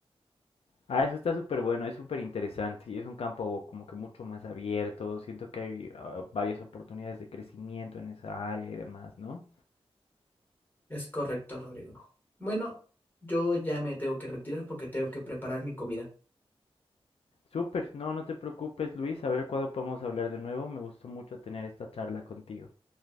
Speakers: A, on the left; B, on the left.
A: Ah, eso está súper bueno, es súper interesante y es un campo como que mucho más abierto. Siento que hay ah, varias oportunidades de crecimiento en esa área y demás, ¿no?
B: Es correcto, Rodrigo. Bueno, yo ya me tengo que retirar porque tengo que preparar mi comida.
A: Súper, no, no te preocupes, Luis. A ver cuándo podemos hablar de nuevo. Me gustó mucho tener esta charla contigo.